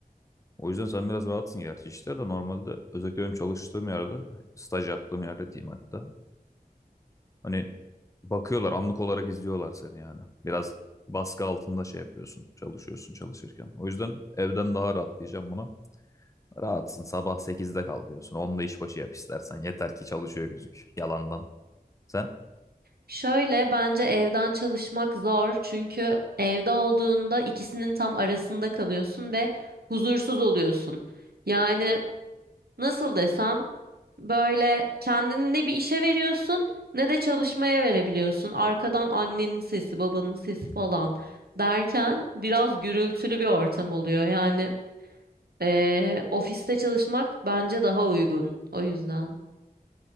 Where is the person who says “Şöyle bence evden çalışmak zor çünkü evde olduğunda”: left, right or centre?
Right